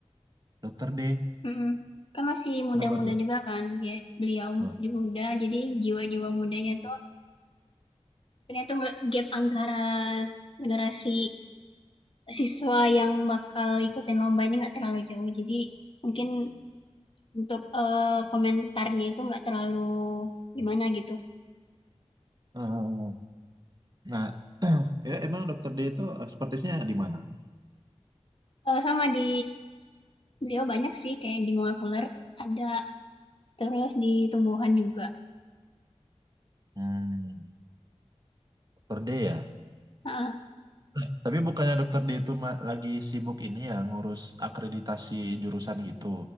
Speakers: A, on the right; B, on the left.
A: dokter D,
B: Hmm. Kan masih muda-muda
A: kenapa tuh?
B: juga kan, dia beliau
A: Nah,
B: juga muda, jadi jiwa-jiwa mudanya tuh mungkin tuh gap antara generasi siswa yang bakal ikutin lomba ini nggak terlalu jauh. Jadi mungkin untuk eh, komentarnya itu nggak terlalu gimana gitu.
A: eh, eh, eh. nah, Ya, emang dokter D itu eh, sepertinya di mana?
B: Eh, sama di beliau banyak sih kayak di molekuler ada terus di tumbuhan juga.
A: Hmm, Dokter D ya.
B: ah
A: Eh, Tapi bukannya Dokter D itu ma- lagi sibuk ini ya ngurus akreditasi jurusan gitu.